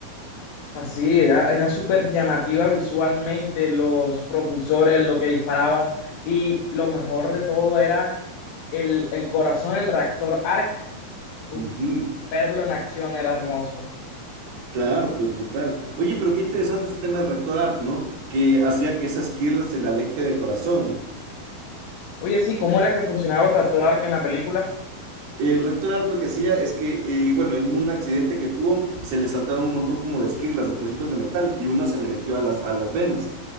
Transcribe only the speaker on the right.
Ujú.
Claro, pues brutal. Oye, pero qué interesante este tema del Rector Art, ¿no? Que hacía que esa esquirla se le aleje del corazón.
El Rector Art lo que hacía es que, eh, bueno, en un accidente que tuvo, se le saltaron un montón como de esquirlas, de trocitos de metal, y una se le metió a las, a las venas.